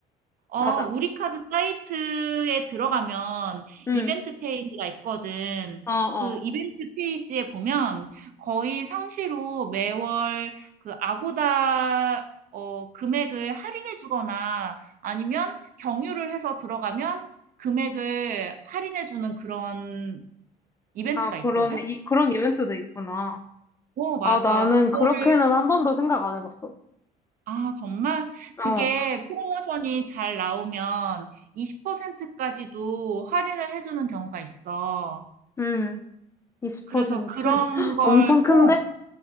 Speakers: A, on the right; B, on the left.
A: 어,
B: 맞아.
A: 우리 카드 사이트에 들어가면
B: 응,
A: 이벤트 페이지가 있거든.
B: 어, 어.
A: 그 이벤트 페이지에 보면 거의 상시로 매월 그 아고다, 어, 금액을 할인해 주거나 아니면 경유를 해서 들어가면 금액을 할인해 주는 그런 이벤트가
B: 아, 그런,
A: 있거든?
B: 이, 그런 이벤트도 있구나.
A: 어, 맞아.
B: 아, 나는
A: 그거를
B: 그렇게는 한 번도 생각 안 해봤어.
A: 아, 정말?
B: 어,
A: 그게 프로모션이 잘 나오면 20%까지도 할인을 해주는 경우가 있어.
B: 음, 20%?
A: 그래서 그런
B: <gasps>
A: 걸,
B: 엄청 큰데?
A: 어,